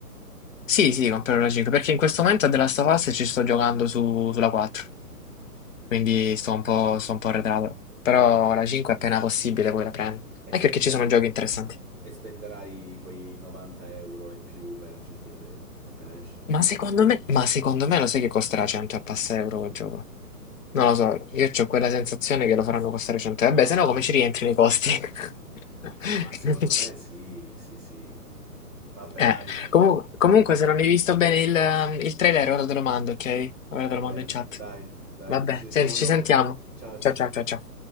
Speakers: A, on the left; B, on the right.
A: sì, sì, comprerò la 5, perché in questo momento a The Last of Us ci sto giocando su- sulla 4. Quindi sto un po', sto un po' arretrato. Però
B: è
A: la 5 appena possibile poi la prendo.
B: E,
A: Anche
B: spendera-
A: perché ci sono giochi interessanti.
B: e spenderai quei 90 euro e più per GTA 6 appena esce?
A: Ma secondo me, ma secondo me lo sai che costerà 100 e passa euro quel gioco? Non lo so, io ho quella sensazione che lo faranno
B: S-
A: costare 100. Vabbè,
B: Ha
A: se
B: voglia.
A: no come ci rientri nei costi?
B: <laughs>
A: <laughs>
B: Ma secondo
A: Non ci-
B: me sì, sì, sì. Vabbè,
A: Eh,
B: dai,
A: comu- comunque, se non hai visto bene il, il trailer, ora te lo mando, ok? Ora
B: va
A: te lo
B: bene,
A: mando in chat.
B: dai, dai,
A: Vabbè,
B: ci sentiamo
A: senti, ci
B: dopo.
A: sentiamo.
B: Ciao, ciao,
A: Ciao
B: ciao.
A: ciao ciao ciao.